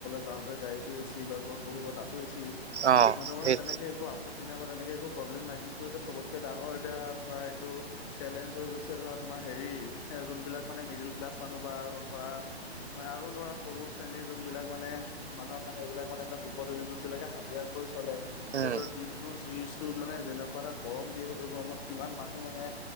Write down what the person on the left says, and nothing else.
যাওঁতে গাড়ীটো এছি বা য'ত বহিব তাতো এছি
সিহঁতৰ মানে
তেনেকে একো আপত্তি বা তেনেকে একো প্ৰব্লেম নাই কিন্তু এ চবতকে ডাঙৰ এতিয়া ধৰা এইটো চেলেঞ্জ হৈ গৈছে ধৰা তোমাৰ হেৰি যোনবিলাক মানে মিডোল ক্লাছ মানুহ বা আৰু ধৰা মানে আৰু ধৰা সৰু শ্ৰেণীৰ যোনবিলাক মানে মানুহৰ কাৰণে এইবিলাক মানে এটা বিপদ যোন বিলাকে হাজিৰা কৰি চলে।
সিহঁতৰ দিনটো যি চু মানে যেনেকুৱা এটা গৰম দিয়ে সেইটো গৰমত কিমান মানুহ মানে